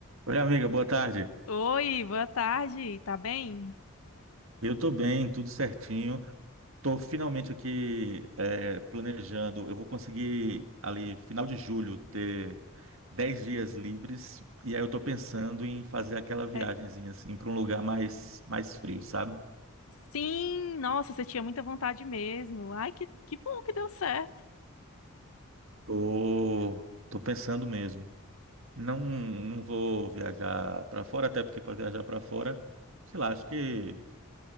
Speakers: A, on the right (about 65°); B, on the left (about 75°).
A: Oi, amiga, boa tarde.
B: Oi, boa tarde, tá bem?
A: Eu tô bem, tudo certinho. Tô finalmente aqui é, planejando. Eu vou conseguir ali, final de julho, ter 10 dias livres. E aí eu tô pensando em fazer aquela viagenzinha
B: É,
A: assim para um lugar mais, mais frio, sabe?
B: sim, nossa, você tinha muita vontade mesmo. Ai, que, que bom que deu certo.
A: Tô, tô pensando mesmo. Não, não vou viajar para fora, até porque para viajar para fora, sei lá, acho que